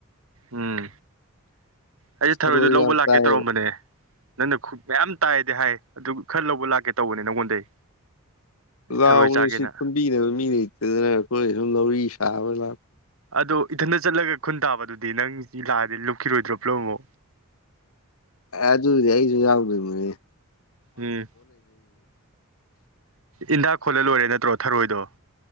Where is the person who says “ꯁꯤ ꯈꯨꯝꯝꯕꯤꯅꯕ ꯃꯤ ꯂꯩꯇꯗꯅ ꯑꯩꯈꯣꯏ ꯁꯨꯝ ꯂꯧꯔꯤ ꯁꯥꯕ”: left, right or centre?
Left